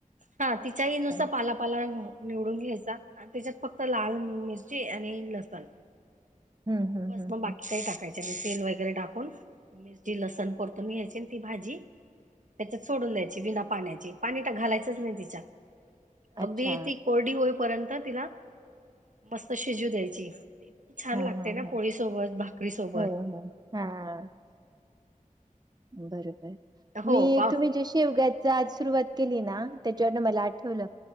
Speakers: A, on the right; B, on the right.
A: हा तिच्याही
B: अच्छा
A: नुसत पालापाला.. निवडून घ्यायचा त्याच्यात फक्त लाल मिरची आणि लसण...
B: हम्म हम्म
A: बस
B: हम्म
A: मग बाकी
B: हम्म
A: काही टाकायच्या म सेल वगैरे टाकून... मिरची लसण परतून घ्यायची ती भाजी... त्याच्यात सोडून द्यायची विना पाण्याची पाणी तर घालायचंच नाही तिच्या... अगदी
B: अच्छा
A: ती कोरडी होईपर्यंत तिला मस्त शिजू द्यायची... की छान
B: हा
A: लागते
B: हा
A: ना
B: हा
A: पोळीसोबत भाकरीसोबत...
B: हो हो हा बरोबर
A: हो
B: मी
A: पा
B: तुम्ही जे शेवग्याच आज सुरुवात केली ना.. त्याच्यावर मला आठवलं